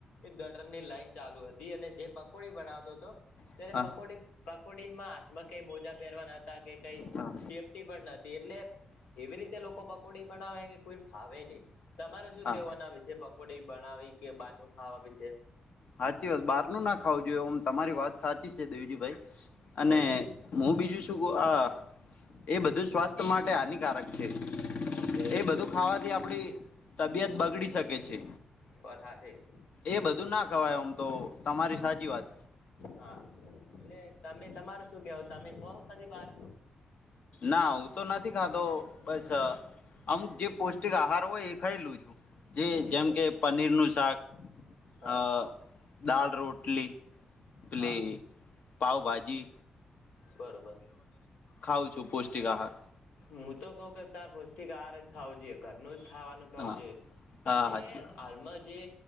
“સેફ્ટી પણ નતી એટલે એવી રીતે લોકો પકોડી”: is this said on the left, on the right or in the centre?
Left